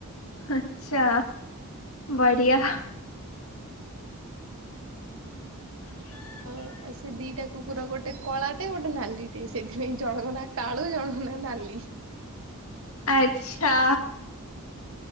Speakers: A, on the left; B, on the right.
A: ଆଚ୍ଛା ବଢିଆ। <unintelligible>
B: ଆଉ ସେ ଦିଟା କୁକୁର ଗୋଟେ କଳାଟେ, ଗୋଟେ ନାଲିଟେ, ସେଇଥିପାଇଁ ଜଣକ ନାଁ କାଳୁ ଜଣକ ନାଁ ନାଲି।
A: ଆଚ୍ଛା।